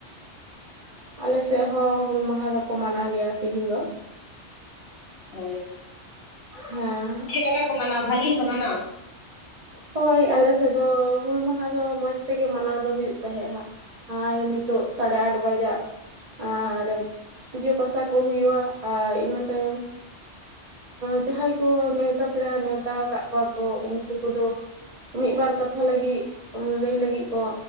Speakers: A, on the right (about 45°); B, on the left (about 60°).
A: <unintelligible> ᱟᱞᱮ ᱥᱮᱫ ᱦᱚᱸ ᱦᱩᱞ ᱢᱟᱦᱟ ᱫᱚᱠᱚ ᱢᱟᱱᱟᱣ ᱜᱮᱭᱟ ᱛᱤᱦᱤᱧ ᱫᱚ
B: ᱦᱳᱭ
A: ᱦᱮᱸ
B: ᱪᱮᱜ ᱞᱮᱠᱟ ᱠᱚ ᱢᱟᱱᱟᱣᱟ ᱵᱷᱟᱹᱜᱤ ᱜᱮᱠᱚ ᱢᱟᱱᱟᱣᱟ
A: ᱦᱳᱭ ᱟᱞᱮ ᱥᱮᱫ ᱫᱚ ᱦᱩᱞ ᱢᱟᱦᱟ ᱫᱚ ᱢᱚᱸᱡᱽ ᱛᱮᱜᱮ ᱢᱟᱱᱟᱣ ᱫᱚ ᱦᱩᱭᱩᱜ ᱛᱟᱦᱮᱸᱫ-ᱟ ᱦᱟᱸᱜ ᱦᱚᱭ ᱱᱤᱛᱩᱴᱚᱜ ᱥᱟᱲᱮ ᱟᱴ ᱵᱟᱡᱟᱜ ᱟᱨ ᱯᱩᱡᱟᱹ ᱯᱟᱥᱟ ᱠᱚ ᱦᱩᱭᱩᱜᱼᱟ ᱟᱨ ᱤᱱᱟᱹ ᱛᱟᱭᱚᱢ ᱡᱟᱦᱟᱸᱭ ᱠᱚ ᱱᱮᱣᱛᱟ ᱯᱮᱲᱟ ᱱᱮᱣᱟᱛᱟ ᱟᱠᱟᱫ ᱠᱚᱣᱟ ᱠᱚ ᱩᱱᱠᱩ ᱠᱚᱫᱚ ᱢᱤᱫᱵᱟᱨ ᱠᱟᱛᱷᱟ ᱞᱟᱹᱜᱤᱫ ᱞᱟᱹᱭ ᱞᱟᱹᱜᱤᱫ ᱠᱚ